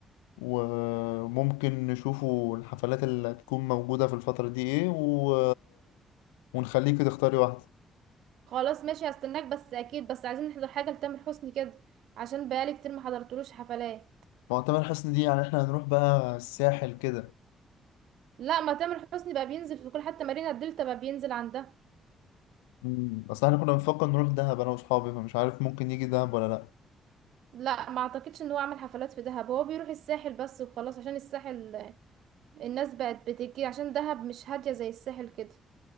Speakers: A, on the left; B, on the right.
A: وممكن نشوفوا الحفلات اللي هتكون موجودة في الفترة دي ايه و... ونخليكي تختاري واحدة
B: خلاص ماشي هستناك بس اكيد بس عايزين نحضر حاجه لتامر حسني كده عشان بقالي كتير ما حضرتلوش حفلات
A: معتمر حسني دي يعني احنا هنروح بقى الساحل كده
B: لا ما تامر حسني بقى بينزل في كل حتى مارينا الدلتا بقى بينزل عندها
A: مم. اصل احنا كنا بنفكر نروح دهب انا واصحابي فمش عارف ممكن يجي دهب ولا لا
B: لا ما اعتقدش ان هو عمل حفلات في دهب هو بيروح الساحل بس وخلاص عشان الساحل الناس بقت بتجي عشان دهب مش هادية زي الساحل كده